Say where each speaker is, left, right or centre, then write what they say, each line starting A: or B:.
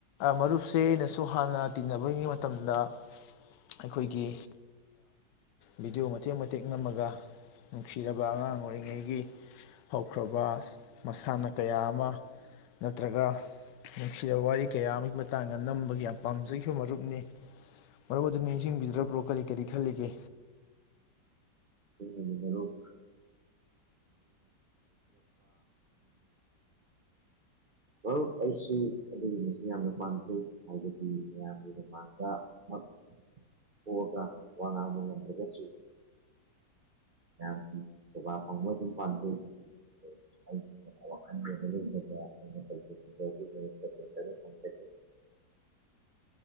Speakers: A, on the left (about 80°); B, on the right (about 45°).
A: ꯃꯔꯨꯞꯁꯦ ꯑꯩꯅꯁꯨ ꯍꯥꯟꯅ ꯇꯤꯟꯅꯕꯔꯤꯉꯩ ꯃꯇꯝꯗ ꯑꯩꯈꯣꯏꯒꯤ ꯕꯤꯗꯤꯑꯣ ꯃꯇꯦꯛ ꯃꯇꯦꯛ ꯅꯝꯃꯒ ꯅꯨꯡꯁꯤꯔꯕ ꯑꯉꯥꯡ ꯑꯣꯏꯔꯤꯉꯩꯒꯤ ꯍꯧꯈ꯭ꯔꯕ ꯃꯁꯥꯟꯅ ꯀꯌꯥ ꯑꯃ ꯅꯠꯇ꯭ꯔꯒ ꯅꯨꯡꯁꯤꯔꯕ ꯋꯥꯔꯤ ꯀꯌꯥ ꯑꯃꯒꯤ ꯃꯇꯥꯡꯗ ꯅꯝꯕꯒꯤ ꯌꯥꯝ ꯄꯥꯝꯖꯈꯤꯕ ꯃꯔꯨꯞꯅꯤ ꯃꯔꯨꯞ ꯑꯗꯨ ꯅꯤꯡꯁꯤꯡꯕꯤꯗ꯭ꯔꯕ꯭ꯔꯣ ꯀꯔꯤ ꯀꯔꯤ ꯈꯜꯂꯤꯒꯦ
B: <unintelligible> ꯃꯔꯨꯞ ꯑꯩꯁꯨ ꯑꯗꯨꯒꯤꯕ ꯌꯥꯝꯅ ꯄꯥꯝꯖꯩ ꯍꯥꯏꯕꯗꯤ ꯃꯌꯥꯝꯒꯤ ꯃꯃꯥꯡꯗ ꯑꯃ ꯄꯣꯛꯑꯒ ꯋꯥ ꯉꯥꯡꯕ ꯉꯝꯂꯒꯁꯨ ꯃꯌꯥꯝꯒꯤ ꯁꯦꯕꯥ ꯐꯡꯕꯥ ꯑꯗꯨꯝ ꯄꯥꯝꯖꯩ ꯑꯩꯒꯨꯝꯅ ꯋꯥꯀꯜ ꯒꯤ ꯑꯃꯥ ꯂꯩꯖꯕ ꯑꯩꯅꯥ ꯇꯧꯖꯅꯤꯡꯕ ꯑꯦꯗꯨꯏ ꯃꯌꯦꯛꯇꯥ ꯀꯨꯟꯠꯔꯦꯠ ꯀꯨꯟꯇꯔꯦꯠ